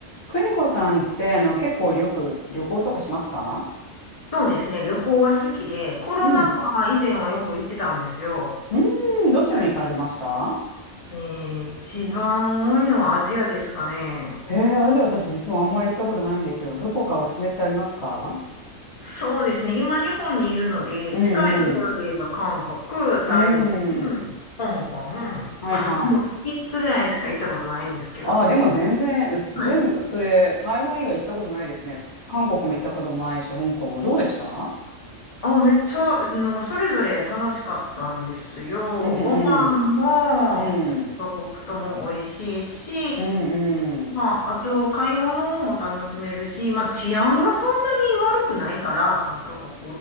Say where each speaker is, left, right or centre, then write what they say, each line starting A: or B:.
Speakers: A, on the left; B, on the left.
A: 邦子さんって、あの、結構よく旅行とかしますか
B: そうですね。旅行は好きで、コロナ禍以前はよく行ってたんですよ。
A: うん。うーん、どちらに行かれてました
B: えー、一番多いのはアジアですかね。
A: へえ、アジア私実はあんまり行ったことないんですよ。どこかおすすめってありますか
B: そうですね。今日本にいるので、
A: うんうん。
B: 近いところで言えば韓国、
A: うー
B: 台湾、
A: ん。
B: 香港、
A: はいはい。
B: あ、でも3つぐらいしか行ったことないんですけどね。
A: ああ、でも全然、私全部、
B: はい。
A: それ、台湾以外行ったことないですね。韓国も行ったこともないし、香港も。どうでした
B: あ、めっちゃ、あの、それぞれ楽しかったんですよ。
A: うんうん。
B: ご飯も、
A: うん。
B: 3カ国とも美味しいし、
A: うんうん。
B: まあ、あと、買い物も楽しめるし、まあ、治安がそんなに悪くないから、3カ国。